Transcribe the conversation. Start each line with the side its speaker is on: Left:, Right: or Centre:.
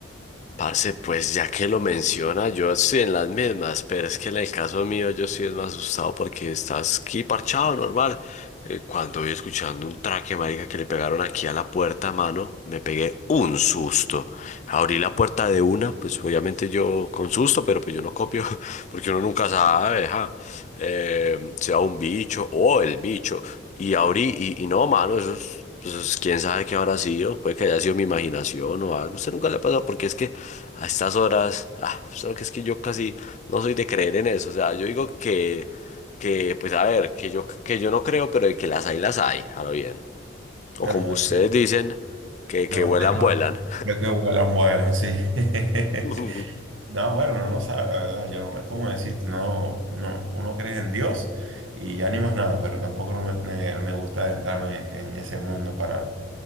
Left: Parce, pues ya que lo menciona, yo estoy en las mismas, pero es que en el caso mío yo sí es más asustado porque estás aquí parchado, normal. Eh, cuando voy escuchando un traque, marica, que le pegaron aquí a la puerta, mano, me pegué un susto. Abrí la puerta de una, pues obviamente yo con susto, pero pues yo no copio, <laughs> porque uno nunca sabe, ja. Eh, sea un bicho o el bicho. Y abrí, y, y no, mano, eso es Pues quién sabe qué habrá sido, puede que haya sido mi imaginación o algo. Usted nunca le ha pasado porque es que a estas horas, ah, pues, sabe que es que yo casi no soy de creer en eso. O sea, yo digo que, que pues a ver, que yo, que yo no creo, pero de que las hay, las hay, ahora bien.
Right: Bueno,
Left: O como ustedes
Right: de-
Left: dicen, que,
Right: no,
Left: que vuelan,
Right: de
Left: vuelan.
Right: que, que vuelan, vuelan, sí. <laughs>
Left: <laughs>
Right: No, bueno, uno no sabe, la verdad. Yo, es como decir, no, no, uno cree en Dios y ya ni más nada, pero tampoco no me, me- me gusta adentrarme en ese mundo para,